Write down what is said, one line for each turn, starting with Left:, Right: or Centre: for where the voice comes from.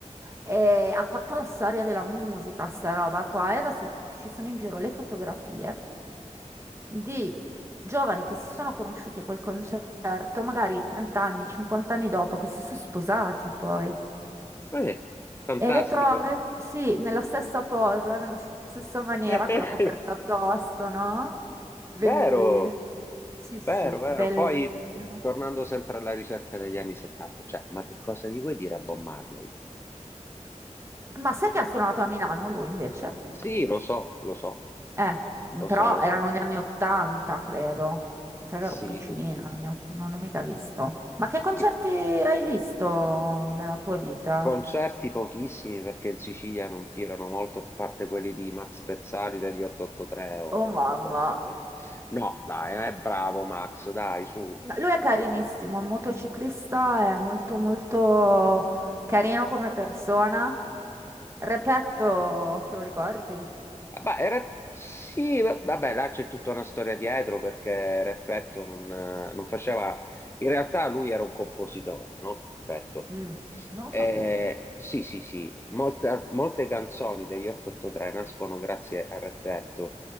Right: e ha fatto la storia della musica, sta roba qua. E adesso ci sono in giro le fotografie di giovani che si sono conosciuti a quel concerto, magari 30 anni, 50 anni dopo, che si sono sposati poi.
Left: Eh, fantastico.
Right: E le trovi, sì, nella stessa posa, nella stessa maniera,
Left: <laughs>
Right: con la coperta addosso, no? Bellissimo.
Left: Vero,
Right: Sì,
Left: vero,
Right: sì,
Left: vero.
Right: bellissimo.
Left: Poi, tornando sempre alla ricerca degli anni 70, cioè, ma che cosa gli vuoi dire a Bob Marley?
Right: Ma sai che ha suonato a Milano lui invece?
Left: Sì, lo so, lo so,
Right: Eh,
Left: lo
Right: però
Left: so, lo
Right: erano
Left: so.
Right: gli anni 80, credo. Mi sa
Left: Sì,
Right: che ero piccinina
Left: mm,
Right: io, non l'ho mica visto. Ma che concerti
Left: sì.
Right: hai visto nella tua vita?
Left: Concerti pochissimi perché in Sicilia non tirano molto, a parte quelli di Max Pezzali degli 883 o
Right: Oh mamma.
Left: robe di queste- No, dai, è bravo Max, dai, su.
Right: Ma Lui è carinissimo, è un motociclista, è molto molto carino
Left: Mm.
Right: come persona. Repetto, te lo ricordi?
Left: Ma il rap- sì, va- vabbè, là c'è tutta una storia dietro perché Repetto non, eh, non faceva... In realtà lui era un compositore, no? Repetto.
Right: Mm, non lo
Left: Eh,
Right: sapevo.
Left: sì, sì, sì, molte, molte canzoni degli 883 nascono grazie a Repetto,